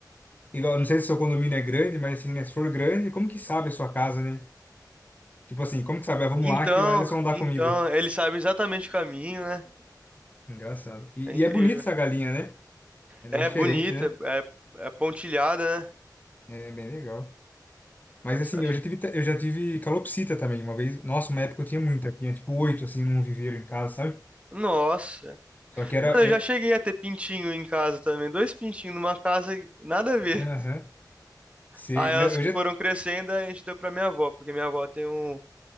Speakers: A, on the left (about 25°); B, on the right (about 15°).
A: Igual, não sei se seu condomínio é grande, mas assim, né, se for grande, como que sabe a sua casa, né? Tipo assim, como que sabe? Ah, vamos
B: Então,
A: lá que lá eles vão dar
B: então,
A: comida.
B: eles sabem exatamente o caminho, né?
A: Engraçado. E,
B: É incrível.
A: e é bonita essa galinha, né? Ela
B: É
A: é diferente,
B: bonita,
A: né?
B: é, é pontilhada, né?
A: É bem legal. Mas
B: Nossa,
A: assim,
B: eu acho.
A: eu já tive, ta- eu já tive calopsita também uma vez. Nossa, uma época eu tinha muita. Tinha tipo oito, assim, num viveiro em casa, sabe?
B: Nossa.
A: Só que era...
B: Mano,
A: É,
B: eu já cheguei a ter pintinho em casa também. Dois pintinhos numa casa, nada a ver.
A: aham, sei.
B: Aí elas
A: Não, eu já...
B: foram crescendo, aí a gente deu pra minha avó, porque minha avó tem um,